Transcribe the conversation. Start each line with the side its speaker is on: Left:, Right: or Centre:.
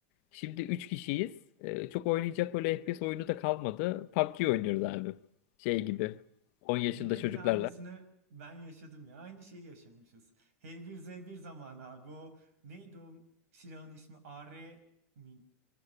Left: Şimdi 3 kişiyiz. E, çok oynayacak böyle FPS oyunu da kalmadı. PUBG oynuyoruz abi. Şey gibi. 10 yaşında
Right: Birebir
Left: çocuklarla.
Right: aynısını ben yaşadım ya. Aynı şeyi yaşamışız. H1Z1 zamanı abi o neydi o silahın ismi? A. R. mi?